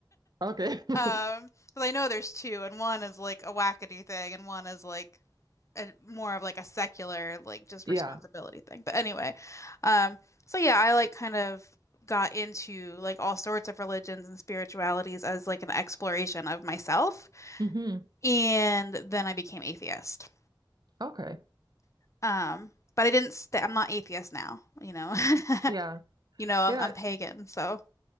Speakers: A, on the right (about 50°); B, on the left (about 35°).
A: okay. <laughs>
B: Um, because I know there's two, and one is like a wackadoo thing, and one is like a, more of like a secular, like just
A: Yeah.
B: responsibility thing. But anyway, um, so yeah, I like kind of got into like all sorts of religions and spiritualities as like an exploration of myself,
A: hmm
B: and then I became atheist.
A: Okay.
B: Um, but I didn't stay, I'm not atheist now, you know. <laughs>
A: Yeah.
B: You know, I'm,
A: Yeah.
B: I'm pagan, so